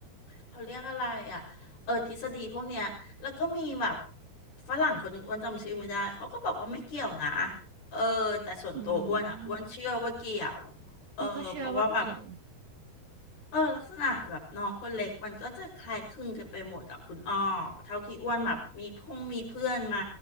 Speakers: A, on the left (about 60°); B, on the right (about 60°).
A: เขาเรียกอะไรอ่ะ เออทฤษฎีพวกเนี้ยแล้วก็มีแบบฝรั่งคนหนึ่งอ้วนจำชื่อไม่ได้ เขาก็บอกว่าไม่เกี่ยวนะเออแต่ส่วนตัวอ้วนอ่ะอ้วนเชื่อว่าเกี่ยว
B: อืม
A: เออเพราะว่าแบบ
B: อ้อก็เชื่อว่าเกี่ยว
A: เออลักษณะแบบน้องคนเล็กมันก็จะคล้ายคลึงกันไปหมดอ่ะคุณอ้อเท่าที่อ้วนแบบมีพงมีเพื่อนมา